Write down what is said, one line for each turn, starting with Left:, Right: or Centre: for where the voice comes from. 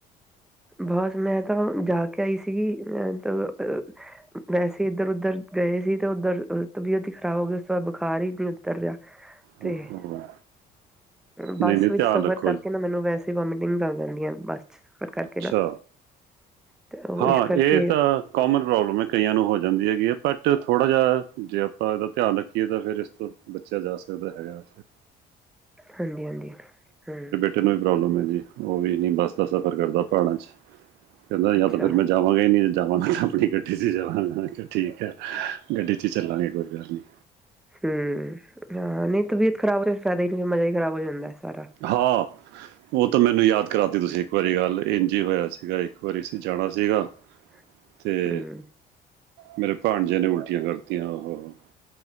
Centre: ਬਸ ਮੈਂ ਤਾਂ ਜਾ ਕੇ ਆਈ ਸੀਗੀ ਅ ਤ ਅ ਵੈਸੇ ਏਧਰ ਉੱਧਰ ਗਏ ਸੀ ਤੇ ਉੱਧਰ ਤਬੀਅਤ ਹੀ ਖ਼ਰਾਬ ਹੋ ਗਈ, ਉਸ ਤੋਂ ਬਾਅਦ ਬੁਖ਼ਾਰ ਹੀ ਨਹੀਂ ਉਤਰ ਰੇਹਾ। ਤੇ
Right: ਓਹੋ
Centre: ਬੱਸ
Right: ਨਹੀਂ-ਨਹੀਂ
Centre: ਵਿੱਚ
Right: ਧਿਆਨ
Centre: ਸਫ਼ਰ
Right: ਰੱਖੋ
Centre: ਕਰਕੇ
Right: ਜੀ
Centre: ਨਾ ਮੈਨੂੰ ਵੈਸ ਵੋਮਿਟਿੰਗਜ਼ ਆ ਜਾਂਦੀਆਂ ਬੱਸ ਚ, ਸਫ਼ਰ ਕਰਕੇ
Right: ਅੱਛਾ
Centre: ਨਾ। ਤੇ ਉਹ
Right: ਹਾਂ
Centre: ਇਸ ਕਰਕੇ
Right: ਏਹ ਤਾਂ ਕੋਮਨ ਪ੍ਰੋਬਲਮ ਏ ਕਈਆਂ ਨੂੰ ਹੋ ਜਾਂਦੀ ਹੈਗੀ ਏ, ਬਟ ਥੋੜ੍ਹਾ ਜੇਹਾ ਜੇ ਆਂ ਏਹਦਾ ਧੇਆਨ ਰੱਖੀਏ ਤਾਂ ਫਿਰ ਇਸ ਤੋਂ ਬੱਚੇਯਾ ਜਾ ਸਕਦਾ ਹੈਗਾ।
Centre: ਹਾਂਜੀ-ਹਾਂਜੀ, ਹਮ।
Right: ਤੇਨੂੰ ਵੀ ਪ੍ਰੋਬਲਮ ਹੈ ਜੀ, ਉਹ ਵੀ ਨੀ ਬੱਸ ਦਾ ਸਫ਼ਰ ਕਰਦਾ ਪਹਾੜਾਂ ਚੱ, ਕੇਹੰਦਾ ਯਾ
Centre: ਅੱਛਾ
Right: ਜਾਵਾਂਗੇ ਨੀ, ਜੇ ਜਾਵਾਂਗਾ ਤੇ ਆਪਣੀ ਗੱਡੀ ਚੱ ਜਾਵਾਂ ਠੀਕ ਹੈ ਗੱਡੀ ਚ ਚੱਲਾਂਗੇ, ਕੋਈ ਗੱਲ ਨਹੀਂ।
Centre: ਹਮ ਹਾਂ ਨਹੀਂ ਤਬੀਅਤ ਖ਼ਰਾਬ ਹੋਏ ਫਾਏਦਾ ਹੀ ਨਹੀਂ, ਮਜ਼ਾ ਹੀ ਖਰਾਬ ਹੋ ਜਾਂਦਾ ਸਾਰਾ।
Right: ਹਾਂ। ਉਹ ਤਾਂ ਮੈਨੂੰ ਯਾਦ ਕਰਾਤੀ ਤੁਸੀਂ ਇੱਕ ਵਾਰੀ ਗੱਲ, ਇੰਝ ਹੀ ਹੋਇਆ ਸੀਗਾ, ਇੱਕ ਵਾਰੀ ਅਸੀ ਜਾਣਾ ਸੀਗਾ
Centre: <inaudible>
Right: ਤੇ
Centre: ਹੂੰ
Right: ਮੇਰੇ ਭਾਂਜੇ ਨੇ ਉਲਟੀਆਂ ਕਰਤੀਆਂ ਹੋ-ਹੋ-ਹੋ।